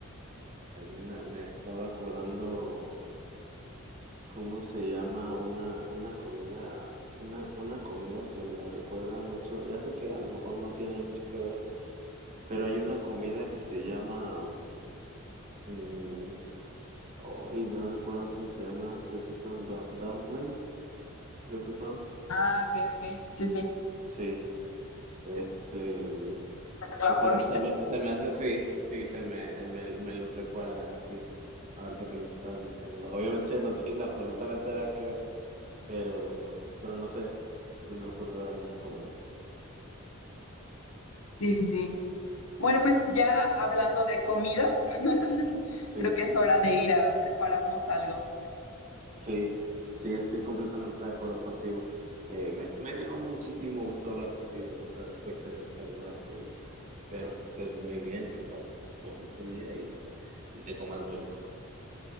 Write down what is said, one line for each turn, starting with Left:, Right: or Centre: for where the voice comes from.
Right: hay una, me estaba acordando. ¿Cómo se llama una, una comida, una, una comida que me recuerda mucho? Ya sé que a lo mejor no tienen mucho que ver, pero hay una comida que se llama, mm, oh, y no recuerdo cómo se llama, creo que son du- dumplings, creo que son,
Left: Ah, ok, ok. Sí, sí.
Right: sí, este, mm,
Left: La
Right: se,
Left: formita.
Right: se me, se me hace así, sí, se me, me, me los recuerdan así, ahorita que los estabas mencionando. Obviamente no tienen absolutamente nada que ver, pero, pero no sé, se me ocurrió, me acuerdo,
Left: Sí, sí. Bueno, pues ya hablando de comida, <laughs>
Right: sí.
Left: creo que es hora de ir a prepararnos algo.
Right: Sí, sí, estoy completamente de acuerdo contigo. Eh, me, me dio muchísimo gusto hablar contigo otra vez, fue excelente saludarte. y Espero que estés muy bien, que pases bonito día y, y que comas muy rico.